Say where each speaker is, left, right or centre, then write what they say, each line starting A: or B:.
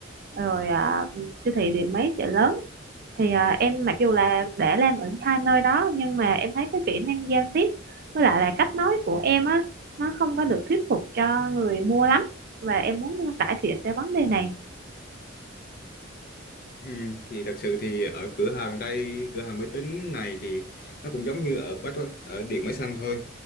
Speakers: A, on the right (about 50°); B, on the left (about 50°).
A: rồi à, siêu thị Điện Máy chợ lớn thì à, em mặc dù là đã làm ở hai nơi đó nhưng mà em thấy cái kỹ năng giao tiếp với lại là cách nói của em á nó không có được thuyết phục cho người mua lắm và em muốn cải thiện cái vấn đề này
B: ừ, thì thật sự thì ở cửa hàng đây cửa hàng máy tính này thì nó cũng giống như ở bách ở điện máy xanh thôi